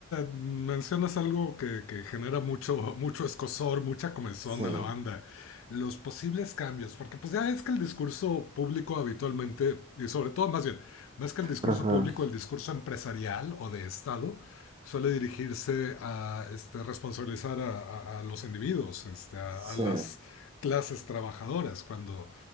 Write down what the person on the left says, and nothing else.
mencionas algo que, que genera mucho, mucho escosor, mucha comezón
a la banda. Los posibles cambios, porque pues ya es que el discurso público habitualmente, y sobre todo más bien, más que el discurso
público, el discurso empresarial o de Estado, suele dirigirse a este, responsabilizar a, a- a los individuos, este, a,
a las clases trabajadoras, cuando